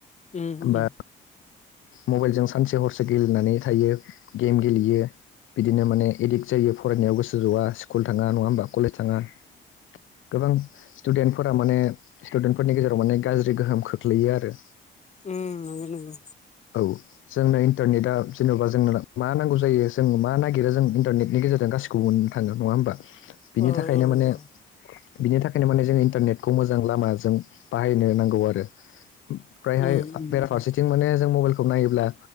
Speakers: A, on the left (about 35°); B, on the left (about 80°).
A: उम
B: बा
A: उम।
B: मबाइलजों सानसे हरसे गेलेनानै थायो गेम गेलेयो। बिदिनो माने एडिक्ट जायो फरायनायाव गोसो जवा स्कुल थाङा नङा ह होनोमबा कलेज थाङा। गोबां स्टुडेन्टफोरा माने स्टुडेन्टफोरनि गेजेराव माने गाज्रि गोहोम खोख्लैयो आरो।
A: उम नोंगौ नोंगौ।
B: औ। जोंनो इन्टारनेटा जेन'बा जोंनो मा नांगौ जायो जों मा नागिरो जों इन्टारनेटनि गेजेरजों गासैबो गुबुन थांगोन नङा होमबा बिनि
A: ओ
B: थाखायनो
A: ओ
B: माने।
A: ओ
B: बिनि थाखायनो माने जों इन्टारनेटखौ मोजां लामाजों बाहायनो नांगौ आरो। ओमफ्रायहाय
A: उम उम
B: बेराफारसेथिं माने जों मबाइलखौ नायोब्ला।